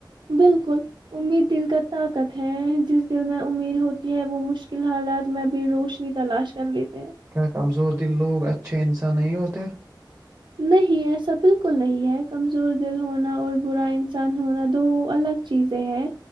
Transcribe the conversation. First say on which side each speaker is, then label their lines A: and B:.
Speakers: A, on the right (about 70°); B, on the right (about 30°).
A: بالکل امید دل کا طاقت ہے جس دل میں امید ہوتی ہے وہ مشکل حالات میں بھی روشنی تلاش کر لیتے ہیں
B: کیا کمزور دل لوگ اچھے انسان نہیں ہوتے
A: نہیں ایسا بالکل نہیں ہے کمزور دل ہونا اور برا انسان ہونا دو الگ چیزیں ہے